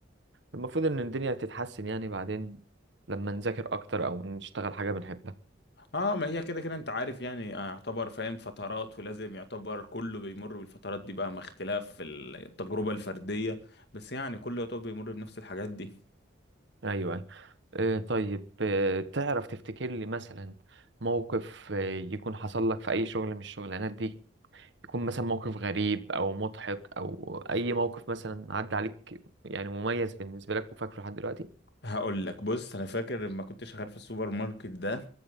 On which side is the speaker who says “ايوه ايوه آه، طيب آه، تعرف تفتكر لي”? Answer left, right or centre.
Right